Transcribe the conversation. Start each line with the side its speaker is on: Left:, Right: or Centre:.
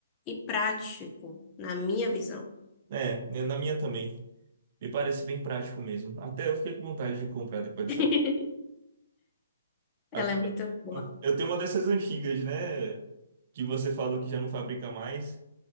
Left: e prático, na minha visão.
Right: É, né, na minha também. Me parece bem prático mesmo. Até eu fiquei com vontade de comprar depois dessa.
Left: <laughs>
Right: Até...
Left: Ela é muito boa.
Right: Eu tenho uma dessas antigas, né? Que você falou que já não fabrica mais.